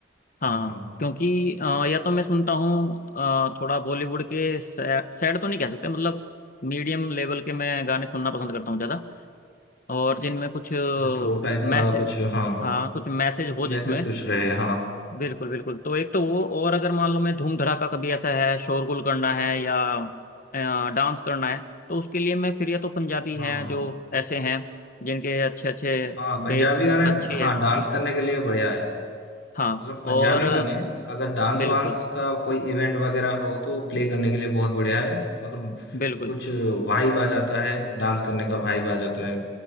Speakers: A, on the left; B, on the left.
A: हाँ
B: हाँ हाँ
A: क्योंकि
B: मतलब
A: अ, या तो मैं सुनता हूँ अ, थोड़ा बॉलीवुड के सैड तो नहीं कह सकते मतलब मीडियम लेवल के मैं गाने सुनना पसंद करता हूँ ज़्यादा और जिनमें कुछ
B: अच्छा स्लो टाइप
A: मैसेज
B: का कुछ हाँ
A: हाँ कुछ मैसेज हो जिसमें
B: मैसेज कुछ रहे हाँ
A: बिल्कुल बिल्कुल तो एक तो वो और अगर मान लो मैं धूम धड़ाका कभी ऐसा है शोरगुल करना है या अ, डांस करना है तो उसके लिए मैं फिर या तो पंजाबी
B: हाँ
A: हैं
B: हाँ
A: जो
B: हाँ
A: ऐसे हैं जिनके अच्छे अच्छे
B: हाँ पंजाबी
A: बेस
B: गाने
A: अच्छी है
B: हाँ डांस करने के लिए बढ़िया है
A: हाँ
B: मतलब पंजाबी
A: और
B: गाने अगर डांस
A: बिल्कुल
B: वांस का कोई इवेंट वगैरह हो तो प्ले करने के लिए बहुत बढ़िया है मतलब
A: बिल्कुल
B: कुछ वाइब आ जाता है डांस करने का वाइब आ जाता है